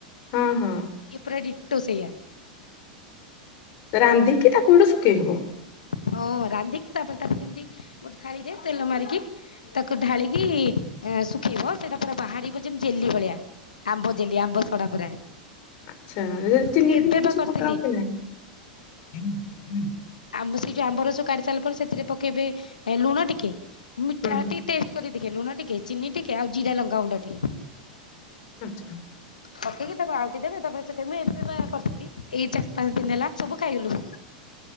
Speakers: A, on the left; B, on the left.
A: ହଁ ହଁ।
B: ଇଏ ପୁରା ଡିଟୋ ସେଇଆ।
A: ରାନ୍ଧିକି ତାକୁ ଗୋଟେ ଶୁକେଇ ହବ।
B: ହଁ ରାନ୍ଧିକି ତାପରେ ତାପରେ ଯେମତି ଗୋଟେ ଥାଳିରେ ତେଲ ମାରିକି ତାକୁ ଢାଳିକି ଏ ଶୁଖେଇବ ସେଇଟା ପୁରା ବାହାରିବ ଯେମିତି ଜେଲି ଭଳିଆ ଆମ୍ବ ଜେଲି ଆମ୍ବ ସଡା ପୁରା।
A: ଆଚ୍ଛା ଯଦି ଚିନି
B: ମୁଁ ଏବେ
A: ଫିନି କିଛି
B: ବା କରିଥିଲି
A: ପକାଅ କି ନାହିଁ?
B: ଆମ୍ବ ସେଇ ଯୋଉ ଆମ୍ବରସ କାଢି ସାରିଲା ପରେ ସେଥିରେ ପକେଇବେ ଲୁଣ ଟିକେ ମିଠା
A: ହୁଁ
B: ଟିକେ ଟେଷ୍ଟ କରି ଦେଖେ ଲୁଣ ଟିକେ, ଚିନି ଟିକେ, ଆଉ ଜିରା ଲଙ୍କା ଗୁଣ୍ଡା ଟିକେ।
A: ଆଚ୍ଛା।
B: ପକେଇକି ତାକୁ ଆଉଟି ଦେବେ ତାପରେ ଶୁଖେଇ ମୁଁ ଏବେ ବା କରିଥିଲି ଏଇ ଚାରି ପାଞ୍ଚ ଦିନ ହେଲା ସବୁ ଖାଇଗଲୁ।